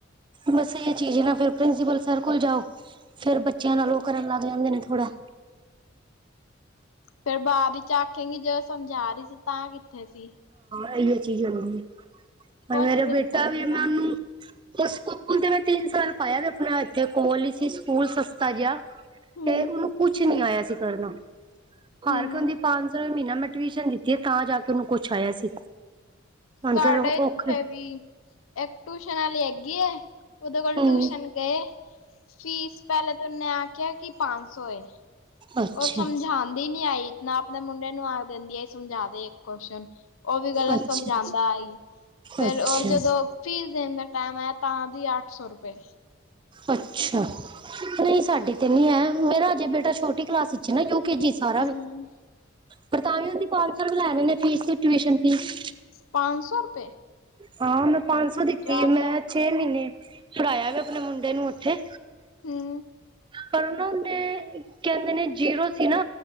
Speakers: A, on the right; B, on the left.
A: ਬਸ ਇਹ ਚੀਜ਼ ਨਾ ਫਿਰ ਪ੍ਰਿੰਸੀਪਲ ਸਰ ਕੋਲ ਜਾਓ ਫਿਰ ਬੱਚਿਆਂ ਨਾਲ ਓ ਕਰਨ ਲਗ ਜਾਂਦੇ ਨੇ ਥੋੜਾ
B: ਫਿਰ ਬਾਦ ਚ ਆਖੇਂਗੀ ਜਦੋਂ ਸਮਝਾ ਰੀ ਸੀ ਤਾਂ ਕਿਥੇ ਸੀ।
A: ਅਈਓ ਚੀਜ਼ ਹੂੰਦੀ ਏ ਪਰ
B: ਪੁੱਛ
A: ਮੇਰਾ ਬੇਟਾ
B: ਨੀ ਸਕਦੇ
A: ਵੀ ਏ
B: ਨਾ
A: ਮੈਂ ੳਹਨੁ ਓਸ ਸਕੁਲ ਦੇ ਵਿਚ ਤਿੰਨ ਸਾਨੂੰ ਪਾਇਆ ਵ ਅਪਣਾ ਇੱਥੇ ਕੋਲ ਹੀ ਸੀ ਸਕੂਲ ਸਸਤਾ ਜਿਹਾ
B: ਹੂੰ
A: ਤੇ ਉਹਨੂੰ ਕੁਛ ਨਈ ਆਇਆ ਕਰਨਾ। ਹਾਰ
B: ਹੂੰ
A: ਕੇ ਉਂਦੀ ਪਾੰਸੋਂ ਰੁਪੇ ਮਹੀਨਾ ਮੈਂ ਟੀਯੁਸ਼ਨ ਦੀਤੀ ਏ ਤਾਂ ਜਾ ਤੈਨੂੰ ਕੁੱਛ ਆਇਆ ਸੀ। ਹੁਣ
B: ਸਾਡੇ
A: ਫੇਰ ਔਖੇ
B: ਇਥੇ ਵੀ ਏਕ ਟਿਯੁਸ਼ਨ ਆਲੀ ਹੈਗੀ ਏ। ਓਦੇ ਕੋਲ
A: ਹੂੰ
B: ਟਿਯੁਸ਼ਨ ਗਏ। ਫੀਸ ਪਹਿਲੇ ਤੇ ਓਹਨੇ ਆਖਿਆ ਕਿ ਪਾਂਸੋ ਏ।
A: ਅੱਛਾ,
B: ਔਰ ਸਮਝਾਂਦੀ ਨੀ ਆਈ, ਨਾ ਆਪਨੇ ਮੁੰਡੇ ਨੂੰ ਆਖ ਦਿੰਦੀ ਏ ਸਮਝਾਂਦੇ ਇਕ ਕੋਸ਼ਨ। ਉਹੀ ਗੱਲਾਂ
A: ਅੱਛਾ,
B: ਸਮਝਾਂਦਾ ਈ ਫਿਰ
A: ਅੱਛਾ,
B: ਔਰ ਜਦੋਂ ਫੀਸ ਦੇਣ ਦਾ ਟੈਮ ਆਇਆ। ਤਾਂ ਵੀ ਅੱਠ ਸੋ ਰੁਪਏ
A: ਅੱਛਾ ਨਹੀਂ ਸਾਡੇ ਤੇ ਨਹੀਂ ਆਇਆ ਮੇਰਾ ਅਜੇ ਬੇਟਾ ਛੋਟੀ ਕਲਾਸ 'ਚ ਨਾ ਯੂ ਕੇ ਜੀ ਸਾਰਾ
B: ਹੂੰ
A: ਪਰ ਤਾਂ ਵੀ ਉਹਦੀ ਪੰਜ ਸੋ ਲੈ ਰਹੇ ਨੇ ਫੀਸ ਟਿਊਏਸ਼ਨ ਫੀਸ
B: ਪੰਜ ਸੌ ਰੁਪਏ
A: ਹਾਂ ਪੰਜ ਸੋ ਦਿੱਤੀ
B: ਜ਼ਿਆਦਾ
A: ਏ ਮੈਂ
B: ਹੈ।
A: ਛੇ ਮਹੀਨੇ ਪੜਾਇਆ ਆਪਣੇ ਮੁੰਡੇ ਨੂੰ ਉੱਥੇ
B: ਹੂੰ।
A: ਪਰ ਨੇ ਓਂਦੇ ਕਹਿੰਦੇ ਨੇ ਜ਼ੀਰੋ ਸੀ ਨਾ